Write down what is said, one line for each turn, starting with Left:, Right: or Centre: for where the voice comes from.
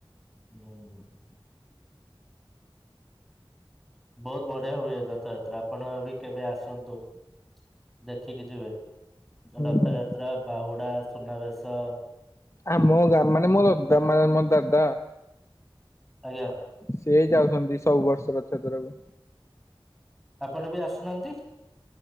Centre: ହୁଁ। ବହୁତ ବଢିଆ ହୁଏ ରଥଯାତ୍ରା ଆପଣ ବି କେବେ ଆସନ୍ତୁ। ଦେଖିକି ଯିବେ
Left: ହୁଁ
Centre: ରଥଯାତ୍ରା ବାହୁଡା ସୁନାବେଶ
Left: ଆମ ଗା ମାନେ ମୋ ଦଦା ମାନେ ମୋର ଦାଦା
Centre: ଆଜ୍ଞା।
Left: ସେ ଯାଉସନ୍ତି ସବୁ ବର୍ଷର ରଥ ଯାତ୍ରାକୁ।
Centre: ଆପଣ ବି ଆସୁନାହାନ୍ତି।